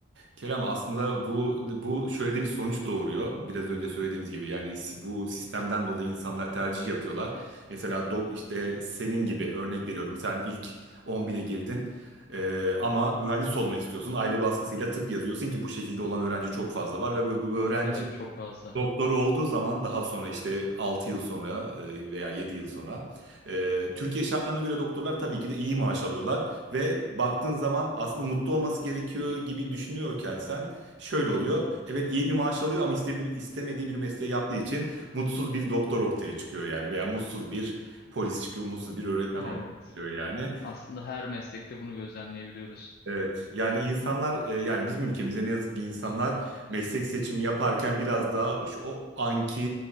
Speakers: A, on the right; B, on the left.
A: Kerem aslında bu bu şöyle de bir sonuç doğuruyor. Biraz önce söylediğimiz gibi yani si- bu sistemden dolayı insanlar tercih yapıyorlar. Mesela do- işte senin gibi örnek veriyorum sen ilk 10 bine girdin. Ee, ama mühendis olmak istiyorsun. Aile baskısıyla tıp yazıyorsun ki bu şekilde olan öğrenci çok fazla var ve bu, bu öğrenci
B: Evet çok fazla.
A: soru olduğu zaman daha sonra işte 6 yıl sonra e, veya 7 yıl sonra e, Türkiye şartlarına göre doktorlar tabii ki de iyi maaş alıyorlar ve baktığın zaman aslında mutlu olması gerekiyor gibi düşünüyorken sen şöyle oluyor. Evet iyi bir maaş alıyor ama iste- istemediği bir mesleği yaptığı için mutsuz bir doktor ortaya çıkıyor yani veya mutsuz bir polis çıkıyor, mutsuz bir öğretmen
B: Evet.
A: ortaya çıkıyor yani.
B: Aslında her meslekte bunu gözlemleyebiliyoruz.
A: Evet yani insanlar e, yani bizim ülkemizde ne yazık ki insanlar meslek seçimi yaparken biraz daha şu- o anki